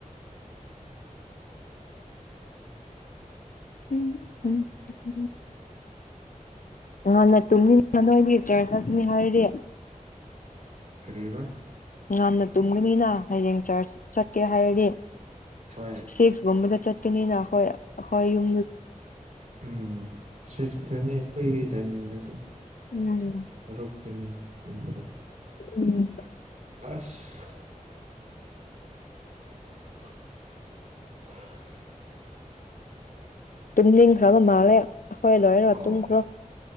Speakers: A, on the left; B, on the right.
A: ꯎꯝ ꯎꯝ <unintelligible> ꯉꯟꯅ ꯇꯨꯝꯅꯤꯡꯕ ꯅꯣꯏꯗꯤ ꯆꯔ꯭ꯆ ꯆꯠꯀꯅꯤ ꯍꯥꯏꯔꯗꯤ
B: ꯀꯔꯤꯍꯥꯢꯕ
A: ꯉꯟꯅ ꯇꯨꯝꯒꯅꯤꯅ ꯍꯌꯦꯡ ꯆꯔ꯭ꯆ ꯆꯠꯀꯦ ꯍꯥꯏꯔꯗꯤ
B: ꯍꯣꯏ
A: ꯁꯤꯛꯁ ꯀꯨꯝꯕꯗ ꯆꯠꯀꯅꯤꯅ ꯈꯣꯏ ꯑꯈꯣꯏ ꯌꯨꯝ
B: ꯎꯝ ꯁꯤꯛꯁ ꯇꯅꯤ ꯑꯈꯣꯏꯒꯤ ꯇꯥꯏꯃꯤꯡꯗꯨꯁꯨ
A: ꯎꯝ
B: ꯇꯔꯨꯛꯇꯅꯤ ꯄꯨꯡ ꯇꯔꯨꯛ
A: ꯎꯝ
B: ꯑꯁ <unintelligible>
A: ꯇꯨꯝꯅꯤꯡꯈ꯭ꯔꯕ ꯃꯥꯜꯂꯦ ꯑꯩꯈꯣꯏ ꯂꯣꯏꯔ
B: ꯑꯥꯎ
A: ꯇꯨꯝꯈ꯭ꯔꯣ